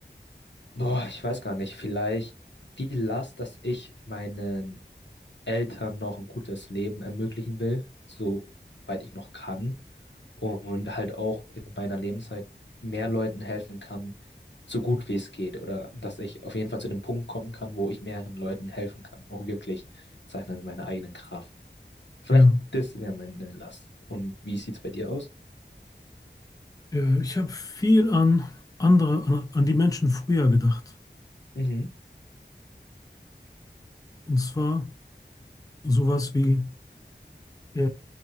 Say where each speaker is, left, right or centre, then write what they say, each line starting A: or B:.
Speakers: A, on the left; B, on the left.
A: boah, ich weiß gar nicht, vielleicht die Last, dass ich meinen Eltern noch ein gutes Leben ermöglichen will, soweit ich noch kann und halt auch in meiner Lebenszeit mehr Leuten helfen kann, so gut wie es geht. Oder dass ich auf jeden Fall zu dem Punkt kommen kann, wo ich mehreren Leuten helfen kann. Auch wirklich, sag ich mal, mit meiner eigenen Kraft. Vielleicht
B: Ja.
A: das wäre meine Last. Und wie sieht's bei dir aus?
B: Äh, Ich habe viel an andere, an, an die Menschen früher gedacht.
A: Mhm.
B: Und zwar sowas wie, äh,